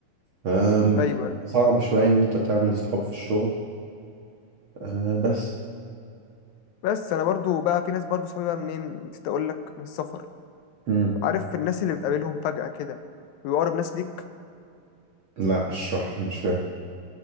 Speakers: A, on the right; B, on the left.
A: آم،
B: ايوه
A: صعب شوية إن أنت تعمل صحاب في الشغل آه، بس
B: بس انا برضو بقى في ناس برضو صحابي بقى منين نسيت اقول لك من السفر
A: مم.
B: عارف الناس اللي بتقابلهم فجأة كده بيبقى اقرب ناس ليك
A: لا اشرح لي مش فاهم